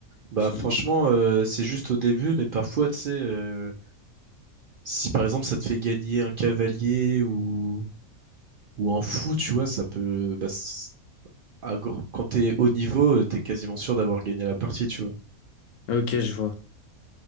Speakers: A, on the right; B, on the left.
A: Bah
B: qui...
A: franchement, euh, c'est juste au début, mais parfois, tu sais, euh, si par exemple ça te fait gagner un cavalier ou, ou un fou, tu vois, ça peut... Bah, c'est- à gros- quand t'es haut niveau, euh, t'es quasiment sûr d'avoir gagné la partie, tu vois.
B: Ok, je vois.